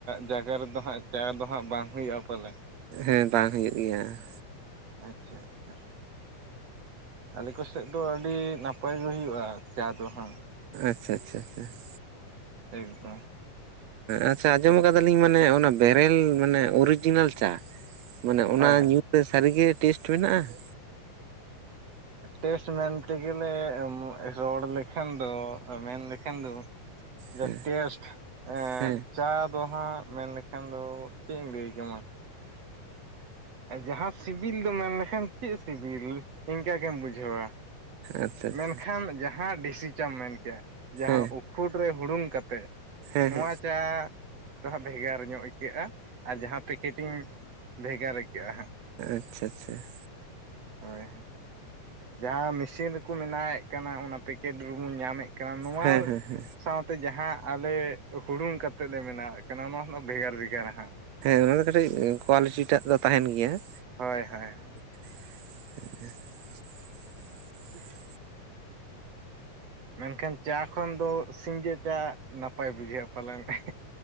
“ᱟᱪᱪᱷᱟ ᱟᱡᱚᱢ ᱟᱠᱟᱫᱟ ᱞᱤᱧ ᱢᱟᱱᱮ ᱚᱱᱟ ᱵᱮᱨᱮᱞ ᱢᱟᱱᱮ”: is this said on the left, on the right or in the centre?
Right